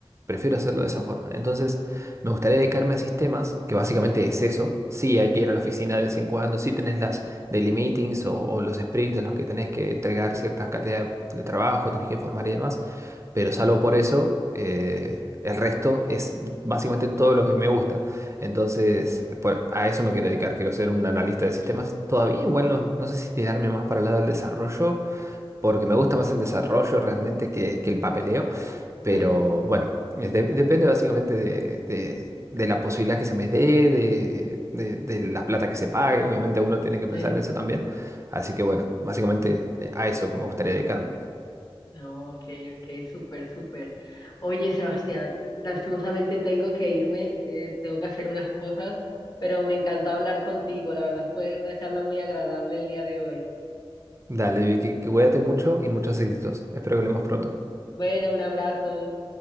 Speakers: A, on the right (about 30°); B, on the left (about 45°).
A: Prefiero hacerlo de esa forma. Entonces, me gustaría dedicarme a sistemas, que básicamente es eso. Sí, hay que ir a la oficina de vez en cuando, sí tenés las daily meetings o, o los sprints en los que tenés que entregar ciertas cantidades de trabajo, tenés que informar y demás, pero salvo por eso, eh, el resto es básicamente todo lo que me gusta. Entonces, por- a eso me quiero dedicar, quiero ser un analista de sistemas. Todavía igual no, no sé si tirarme más para el lado del desarrollo porque me gusta más el desarrollo realmente que, que el papeleo, pero
B: <laughs>
A: bueno, es de- depende básicamente de, de- de la posibilidad que se me dé, de, de- de la plata que se pague, obviamente uno tiene que
B: Sí.
A: pensar en eso también, así que bueno, básicamente eh, a eso me gustaría dedicarme.
B: No, ok, ok, súper, súper. Oye, Sebastián, lastimosamente tengo que irme, eh, tengo que hacer unas cosas, pero me encanta hablar contigo, la verdad fue una charla muy agradable el día de hoy.
A: Dale, Vicky, que cuídate mucho y muchos éxitos. Espero que hablemos pronto.
B: Bueno, un abrazo.